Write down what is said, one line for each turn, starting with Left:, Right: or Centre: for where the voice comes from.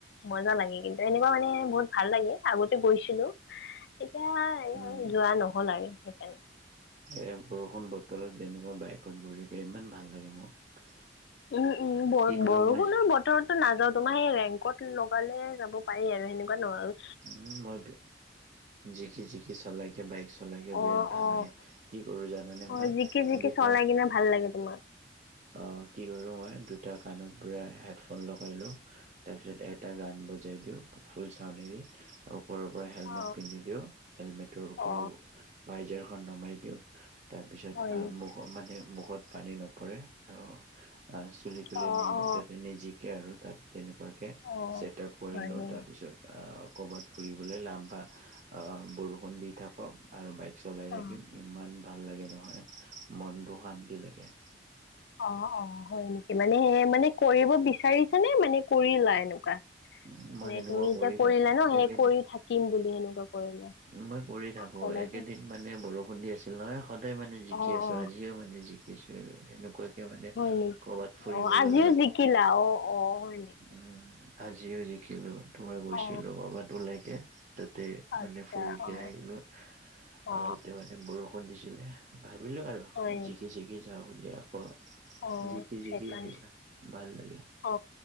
Left: মজা লাগে কিন্তু, এনেকুৱা মানে বহুত ভাল লাগে আগতে গৈছিলো। এতিয়া
Right: উম।
Left: আৰু যোৱা নহ'ল আৰু সেইকাৰণে।
Right: এ বৰষুণ বতৰত যেনেকুৱা বাইকত ঘূৰিকে ইমান ভাল লাগে মোক।
Left: উম। উম। বৰ
Right: কি কৰো
Left: -বৰষুণৰ
Right: মই
Left: বত -ৰতটো নাযাওঁ। তোমাৰ সেই ৰেইনকোত লগালে যাব পাৰি আৰু। সেনেকুৱা নোৱাৰোঁ।
Right: উম। মই জিকি- জিকি চলাইকে, বাইক চলাইকে
Left: অ
Right: বিৰাট ভাল
Left: অ
Right: লাগে। কি কৰোঁ জানানে
Left: অ
Right: মই,
Left: জিকি জিকি
Right: দুটা
Left: চলাই কিনে ভাল লাগে তোমাক
Right: অ' কি কৰোঁ মই, দুটা কাণত পুৰা হেডফোন লগাই ল‌ওঁ তাৰ পিছত এটা গান বজাই দিওঁ, ফুল চাউনেদি। ওপৰৰ পৰা হেলমেট
Left: অ
Right: পিন্ধি দিওঁ। হেলমেটৰ ওপৰৰ
Left: অ
Right: বাইজাৰখন নমাই দিওঁ। তাৰপিছত
Left: হয় নেকি
Right: মুখ মানে মুখত পানী নপৰে, আৰু আহ চুলি- তুলি
Left: অ
Right: নিওঁ,
Left: অ
Right: তাতে নিজিকে আৰু তাত। তেনেকুৱাকে
Left: অ
Right: চেটআপ কৰি
Left: হয়
Right: লওঁ।
Left: নেকি
Right: তাৰপিছত আ ক'ৰবাত ফুৰিবলৈ লাম্ভা, আ বৰষুণ দি থাকক। আৰু বাইক চলাই থাকিম।
Left: অ
Right: ইম্মান ভাল লাগে নহয়, মনটো শান্তি লাগে।
Left: অ'হ। অ'হ। হয় নেকি? মানে- মানে কৰিব বিচাৰিছানে? মানে কৰিলা এনেকুৱা?
Right: উম মই
Left: মানে
Right: সেনেকুৱা
Left: তুমি এতিয়া
Right: কৰি
Left: কৰিলা
Right: থাকো
Left: ন। সেই
Right: একেদিন
Left: কৰি থাকিম বুলি সেনেকুৱা কৰিলা?
Right: মই কৰি থাকোঁ।
Left: কলা
Right: এইকেদিন
Left: যে
Right: মানে বৰষুণ দি আছিল নহয়। সদায় মানে জিকি
Left: অ
Right: আছোঁ।
Left: অ
Right: আজিও মানে জিকিছোঁ। সেনেকুৱাকে মানে
Left: হুহ।
Right: কৰ'বাত ফুৰিবলৈ
Left: অ' আজিও জিকিলা অ'-অ', হয় নেক
Right: উম। উম। আজিও জিকিলো। তোমাৰ গৈছিলো
Left: অ
Right: কৰ'বাত, ওলাইকে। তাতে
Left: আচ্ছা
Right: মানে ফুৰিকে
Left: অ
Right: আহিলোঁ।
Left: অ
Right: আহোঁতে মানে বৰষুণ দিছিলে। ভাবিলোঁ আৰু
Left: হয়
Right: জিকি- জিকি যাওঁ বুলি। আকৌ
Left: অ
Right: জিকি- জিকি
Left: সেইকাৰণে
Right: আহিলা। ভাল লাগে।
Left: অ